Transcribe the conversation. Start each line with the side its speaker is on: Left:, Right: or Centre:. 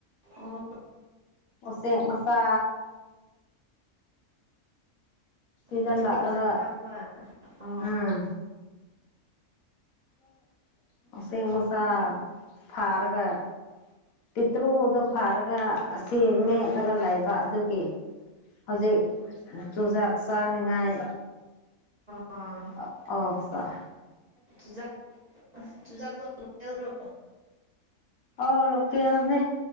Right: ꯑꯣ꯫
Left: ꯑꫭꯆꯦꯛ ꯃꯆꯥ꯫ ꯁꯤꯗ
Right: ꯎꯆꯦꯛ
Left: ꯂꯥꯛꯂꯒ
Right: ꯃꯆꯥ ꯐꯥꯕ ꯑꯣ
Left: ꯎꯝ <inaudible> ꯎꯆꯦꯛ ꯃꯆꯥ ꯐꯥꯔꯒ ꯄꯤꯇ꯭ꯔꯨꯗꯨ ꯐꯥꯔꯒ ꯑꯁꯤ ꯃꯦꯠꯂꯒ ꯂꯩꯕ ꯑꯗꯨꯒꯤ ꯍꯧꯖꯤꯛ ꯆꯨꯖꯥꯛ ꯆꯥꯅꯤꯉꯥꯏ
Right: ꯑ
Left: <unintelligible>
Right: ꯆꯨꯖꯥꯛ ꯆꯨꯖꯥꯛ ꯂꯣꯀꯦꯜꯔꯣ
Left: ꯑꯣ ꯂꯣꯀꯦꯜꯅꯦ